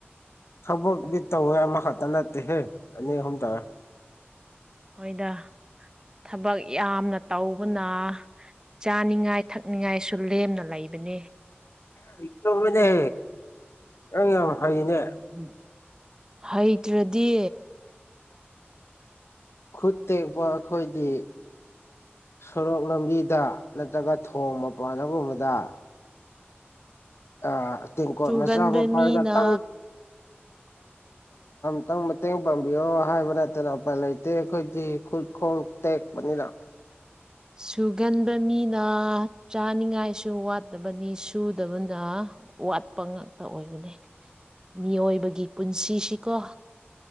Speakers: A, on the left; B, on the right.
A: ꯊꯕꯛꯗꯤ ꯇꯧꯋꯦ ꯑꯃꯈꯛꯇ ꯅꯠꯇꯦꯍꯦ ꯑꯅꯤ ꯑꯍꯨꯝ ꯇꯧꯔꯦ
B: ꯃꯣꯏꯗ ꯊꯕꯛ ꯌꯥꯝꯅ ꯇꯧꯕꯅ ꯆꯥꯅꯤꯉꯥꯏ ꯊꯛꯅꯤꯡꯉꯥꯏꯁꯨ ꯂꯦꯝꯅ ꯂꯩꯕꯅꯤ
A: ꯍꯩꯇꯕꯅꯦ ꯅꯪ ꯐꯩꯅꯦ
B: ꯎꯝ ꯍꯩꯇ꯭ꯔꯗꯤ
A: ꯈꯨꯠ ꯇꯦꯛꯄ ꯑꯩꯈꯣꯏꯗꯤ ꯁꯣꯔꯣꯛ ꯂꯝꯕꯤꯗ ꯅꯠꯇ꯭ꯔꯒ ꯊꯣꯡ ꯃꯄꯥꯟꯒꯨꯝꯕꯗ ꯑ ꯇꯦꯡꯀꯣꯠ
B: ꯆꯨꯒꯟꯕ
A: ꯃꯆꯥ ꯑꯃ ꯄꯔꯒ
B: ꯃꯤꯅ
A: ꯇ ꯇꯪ ꯃꯇꯦꯡ ꯄꯥꯡꯕꯤꯌꯣ ꯍꯥꯏꯕ ꯅꯠꯇꯅ ꯎꯄꯥꯏ ꯂꯩꯇꯦ ꯑꯩꯈꯣꯏꯗꯤ ꯈꯨꯠꯈꯣꯡ ꯇꯦꯛꯄꯅꯤꯅ
B: ꯁꯨꯒꯟꯕ ꯃꯤꯅ ꯆꯥꯅꯤꯉꯥꯏꯁꯨ ꯋꯥꯠꯇꯕꯅꯤ ꯁꯨꯗꯕꯅ ꯋꯥꯠꯄ ꯉꯥꯛꯇ ꯑꯣꯏꯕꯅꯦ ꯃꯤꯑꯣꯏꯕꯒꯤ ꯄꯨꯟꯁꯤꯁꯤꯀꯣ